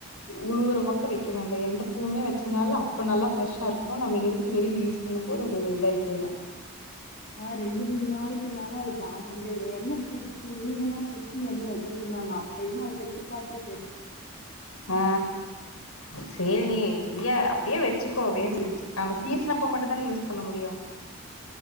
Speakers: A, on the left (about 85°); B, on the left (about 45°).
A: உழுவுர பக்கோ வெய்க்க வேண்ட எந்த பூவுமே வெச்சினாலு அப் இப்போ நல்லா ஃப்ரெஷ்ஷா இருக்கு நம்ம எடுத்து வெளில யூஸ் பண்ணும் போது அது வெல்டாயி போயிடு
B: அ ரெண்டு மூண் நாளைக்கு மேலருக் சாப்பற்றதே இதே என்ன பூ நீ எல்லா சுத்தி எண்ண வைக்க சொன்னாங்க அப்பயிமே அத வெச்ச பாத்த செரி
A: அ சேரி நீ ஃப்ரியா அப் ப்டியே வெச்சிக்கோ
B: தூக்கி
A: வேல்
B: வீசியாச்சு.
A: <unintelligible> ஆம சீசனப்போ மட்டுந்தானே யூஸ் பண்ண முடியு